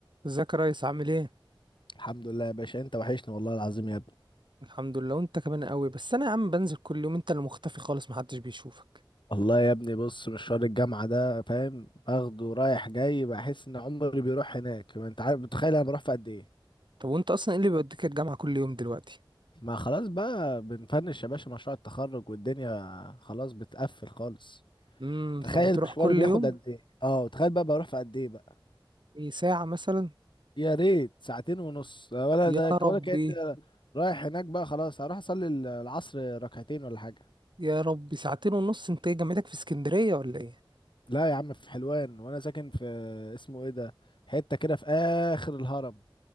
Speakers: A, on the right (about 60°); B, on the left (about 65°).
A: ازيك يا ريس عامل ايه
B: الحمد لله يا باشا انت وحشني والله العظيم يا ابني
A: الحمد لله وانت كمان قوي بس انا يا عم بنزل كل يوم انت اللي مختفي خالص محدش بيشوفك
B: والله يا ابني بص مشوار الجامعة ده فاهم باخده رايح جاي بحس ان عمري بيروح هناك ما انت عارف بتخيل انا بروح في قد ايه
A: طب وانت اصلا ايه اللي بيوديك الجامعة كل يوم دلوقتي
B: ما خلاص بقى بنفنش يا باشا مشروع التخرج والدنيا خلاص بتقفل خالص
A: امم
B: تخيل
A: فبتروح
B: مشواري
A: كل
B: بياخد
A: يوم
B: قد ايه اه تخيل بقى بروح في قد ايه بقى
A: ايه ساعة مثلا
B: يا ريت ساعتين ونص ولا
A: يا
B: ده
A: ربي
B: ولا كأني رايح هناك بقى خلاص هروح اصلي العصر ركعتين ولا حاجة
A: يا ربي ساعتين ونص انت ايه جامعتك في اسكندرية ولا ايه
B: لا يا عم في حلوان وانا ساكن في اسمه ايه ده حته كده في اخر الهرم